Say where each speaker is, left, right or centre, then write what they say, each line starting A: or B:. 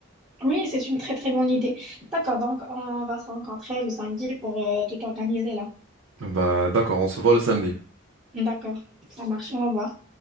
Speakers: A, on the right; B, on the right.
A: Oui, c'est une très très bonne idée. D'accord, donc on va se rencontrer le samedi pour euh, tout organiser là.
B: Bah d'accord, on se voit le samedi.
A: D'accord, ça marche, au revoir.